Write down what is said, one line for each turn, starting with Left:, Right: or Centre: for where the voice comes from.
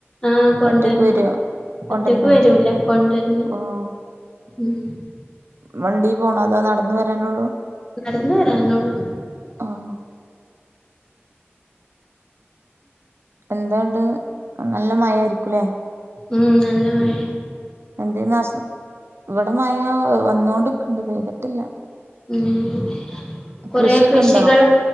Left: ആഹ് കൊണ്ടരണം
Right: ഒറ്റക്ക് വരോ?
Left: ഒറ്റക്ക്
Right: കൊണ്ടര്ന്നോ?
Left: വരൂല കൊണ്ടരണം
Right: ഓഹ്
Left: ഉം.
Right: വണ്ടീ പോണോ. അതോ നട്ന്ന് വരാനുള്ളൂ?
Left: നട്ന്ന് വരാനൊള്ളു.
Right: ആഹ് എന്താണ്ട് നല്ല മഴായിരിക്കുംല്ലേ?
Left: ഉം നല്ല മഴേ
Right: എന്തെനാശം ഇവിടെ മഴ വന്നോണ്ട്ക്ക്ണ്ട്. പെയ്തിട്ട്ല്ല
Left: ഉം കൊറേ
Right: കൃഷിയൊക്കെ
Left: കൃഷികള
Right: ഉണ്ടോ